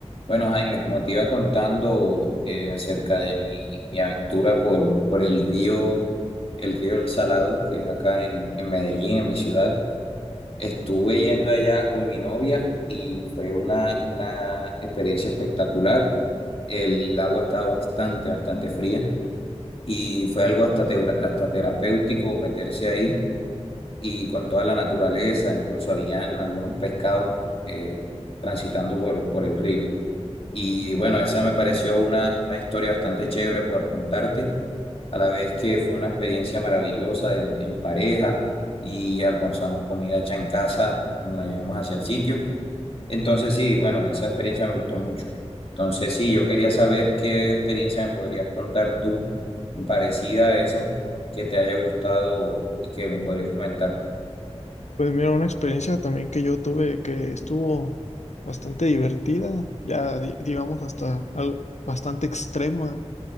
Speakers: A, on the left; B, on the left.
A: Bueno, Jaime, como te iba contando eh, acerca de mi, mi aventura por, por el río, el río El Salado, que es acá en, en Medellín, en mi ciudad, estuve yendo allá con mi novia y fue una, una experiencia espectacular. El agua estaba bastante, bastante fría y fue algo hasta, teura- hasta terapéutico meterse ahí y con toda la naturaleza, incluso habían algunos pescados eh, transitando por, por el río. Y bueno, esa me pareció una, una historia bastante chévere por contarte, a la vez que fue una experiencia maravillosa en, en pareja y almorzamos comida hecha en casa, nos la llevamos hacia el sitio. Entonces sí, bueno, esa experiencia me gustó mucho. Entonces sí, yo quería saber qué experiencia me podrías contar tú parecida a esa, que te haya gustado y que me podrías comentar.
B: Pues mira, una experiencia también que yo tuve que estuvo bastante divertida, ya di- digamos hasta al- bastante extrema.